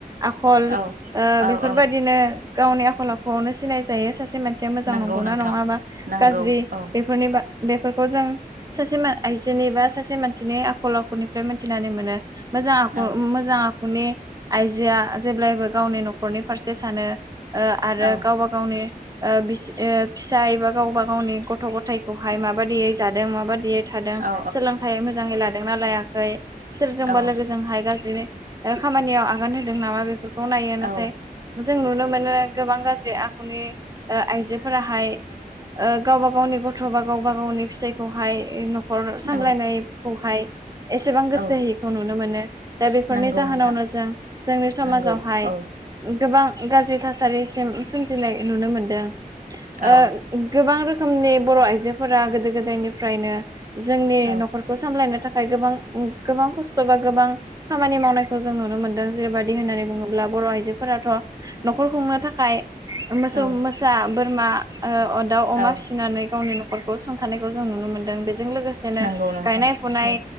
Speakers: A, on the right; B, on the right.
A: आखल
B: औ
A: ओ
B: औ
A: बेफोरबायदिनो
B: औ
A: गावनि आखल आखुआवनो सि नाय जायो सासे मानसिया मोजां
B: नंगौ
A: नंगौना
B: नोंथां
A: नङा बा
B: नंगौ
A: गाज्रि
B: औ
A: बेफोरनि बा बेफोरखौ जों सासे मा आइजोनि बा सासे मानसिनि आखल आखुनिफ्राय मोनथिनानै मोनो । मोजां ख
B: औ
A: मोजां आ खुनि आइजोआ जेब्लायबो गावनि नखरनि फारसे सानो। ओ आरो
B: औ
A: गावबा गावनि ओ बिसि ओ फिसाय एबा गावबा गावनि गथ गथाइखौहाय माबादियै जादों माबादियै थादों
B: औ
A: सोलोंथाइ मोजाङै ला दोंना लायाखै सोरजोंबा
B: औ
A: लोगोजोंहाय बिदिनो ओ खामानियाव आगान होदों नामा बेफोर खौ नायो
B: औ
A: नाथाय जों नुनो मोनो गोबां गा ज्रि आखुनि ओ आइजोफोराहाय ओ गावबा गावनि गथ' बा गावबा गावनि फिसाइखौहाय न' खर सामलायनाय
B: औ
A: खौहाय एसेबां गोसो
B: औ
A: होयिखौ नुनो मोनो। दा बेफोरनि
B: नंगौ
A: जाहोनावनो
B: नोंथां
A: जों जोंनि समाजावहाय
B: नंगौ औ
A: गोबां गाज्रि थासारिसिम सोमजिनाय नुनो मोनदों।
B: औ
A: ओ गोबां रो खोमनि बर' आइजोफोरा गोदो गोदायनिफ्रायनो जोंनि
B: औ
A: न'खरखौ सामलायनो था खाय गोबां गोबां खस्थ बा गोबां खामानि मावनाय खौ जों नुनो मोनदों जेरैबादि होननानै बुङो अब्ला बर' आइजोफोराथ' न'खर खुंनो थाखाय मोसौ
B: औ
A: मोसा बोरमा ओ अ दाउ अमा
B: औ
A: फिसिनानै गावनि न' खरखौ सुंथानायखौ जों नुनो मोनदों बे जों लोगोसेनो
B: नंगौ नोंथां
A: गायनाय फुनाय
B: औ